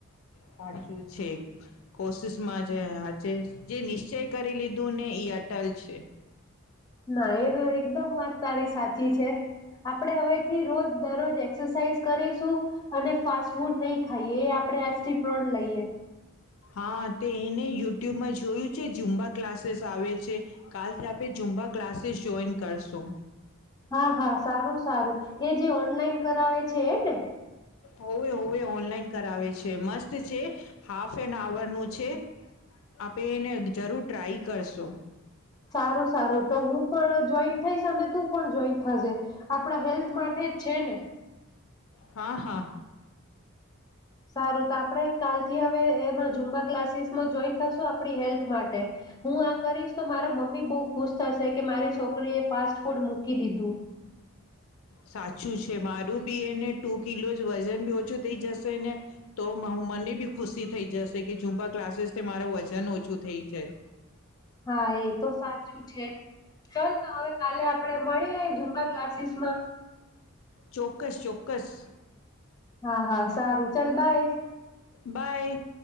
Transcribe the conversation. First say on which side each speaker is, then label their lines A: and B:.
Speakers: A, on the left (about 65°); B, on the left (about 15°).
A: સાચું છે કોશિશ માં જે હાચે જે નિશ્ચય કરી લીધું ને એ અટલ છે.
B: ના એ એકદમ વાત તારી સાચી છે આપણે હવેથી રોજ દરરોજ એક્સરસાઇઝ કરીશું અને ફાસ્ટ ફૂડ નહી ખાઈએ એ આપણે આજથી પ્રણ લઈએ.
A: હા, તે એને યુટ્યુબમાં જોયું છે ઝુંમબા ક્લાસીસ આવે છે. કાલથી આપણે ઝુંમબા ક્લાસીસ જોઈન કરશુ.
B: હા, હા. સારું સારું એ જે ઓનલાઈન કરાવે છે એ ને?
A: હોવે હોવે ઓનલાઈન કરાવે છે. મસ્ત છે હાફ એન અવરનું છે. આપે એને જરૂર ટ્રાય કરશું.
B: સારું-સારું, તો હું પણ જોઈન થઇશ અને તું પણ જોઈન થજે, આપણા હેલ્થ માટે જ છે ને.
A: હા, હા.
B: સારું, તો આપણે કાલથી હવે એમાં ઝુમ્બા ક્લાસીસમાં જોઈન થશું આપડી હેલ્થ માટે. હું આ કરીશ તો મારા મમ્મી બઉ ખુશ થશે કે મારી છોકરી એ ફાસ્ટ ફૂડ મૂકી દીધું.
A: સાચું છે. મારું બી એને ટુ કિલો જ વજન બી ઓછું થઇ જશે ને, તો મ અહ મને બી ખુશી થઈ જશે કે ઝુમ્બા ક્લાસીસ મારું વજન ઓછું થઇ જાય.
B: હા એ તો સાચું છે. ચાલ તો હવે કાલે આપડે મળીએ ઝુમ્બા ક્લાસીસમાં.
A: ચોક્કસ-ચોક્કસ.
B: હા-હા સારું ચલ બાય.
A: બાય.